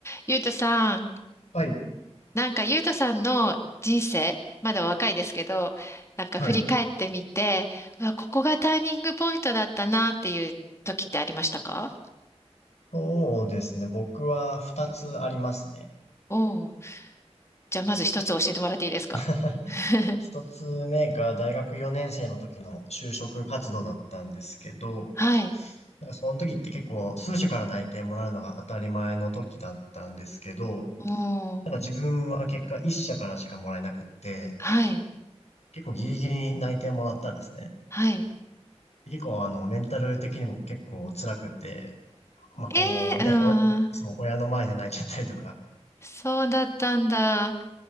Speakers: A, on the left; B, on the left.
A: ゆうたさん、
B: はい、
A: なんかゆうたさんの人生、まだ若いですけど、なんか振り返ってみて、
B: はい。
A: うわ、ここがターニングポイントだったなっていう時ってありましたか
B: そうですね。僕は二つありますね。
A: おおー、じゃあまず一つ教えてもらっていいですか
B: <laughs>
A: <laughs>
B: 一つ目が大学4年生の時の就職活動だったんですけど、
A: はい。
B: なんかその時って結構数社から内定もらうのが当たり前の時だったんですけど、
A: お
B: なんか自分は結果一社からしかもらえなくって、
A: お、はい、
B: 結構ギリギリに内定もらったんですね。
A: はい。
B: で結構あのメンタル的にも結構辛くて、まあこうね、
A: ええーうん、
B: おそう、親の前で泣いちゃったりとか、
A: そうだったんだ。